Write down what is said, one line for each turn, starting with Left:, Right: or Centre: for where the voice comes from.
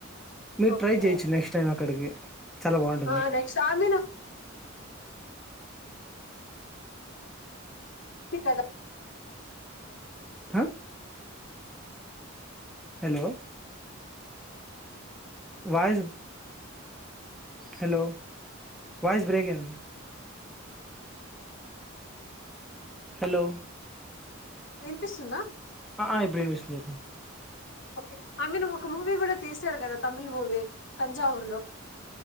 Centre: మీరు
Left: ఓకే
Centre: ట్రై చేయచ్చు నెక్స్ట్ టైం అక్కడికి చాలా బాగుంటుంది
Left: ఆ నెక్స్ట్ ఆమె ఇది కదా
Centre: హ hello voice hello voice break అయింది హలో
Left: వినిపిస్తుందా
Centre: ఆ ఆ ఇప్పుడు వినిపిస్తుంది ఒకే
Left: ఓకే ఐ మీన్ ఒక మూవీ కూడా తీసారు కదా తమిళ్ మూవీ తంజావూర్ లో